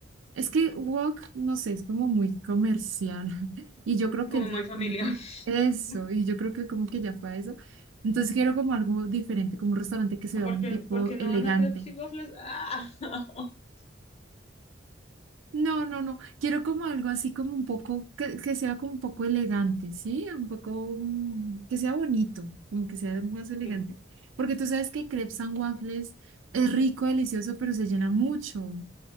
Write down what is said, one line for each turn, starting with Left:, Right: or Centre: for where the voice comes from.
Right: Es que Wok, no sé, es como muy comercial. <laughs> Y yo creo que
Left: como
Right: él ya
Left: muy
Right: pronto.
Left: familiar.
Right: Eso,
Left: <laughs>
Right: y yo creo que como que ya fue a eso. Entonces quiero como algo diferente, como un restaurante que sea
Left: ¿Por
Right: un
Left: qué,
Right: tipo
Left: por qué no
Right: elegante,
Left: van a crepes y waffles? Ah, <laughs>
Right: No, no, no. Quiero como algo así como un poco, que, que sea como un poco elegante, ¿sí? Un poco, mm, que sea bonito, como que sea más elegante.
Left: sí.
Right: Porque tú sabes que crepes and waffles es rico, delicioso, pero se llena mucho.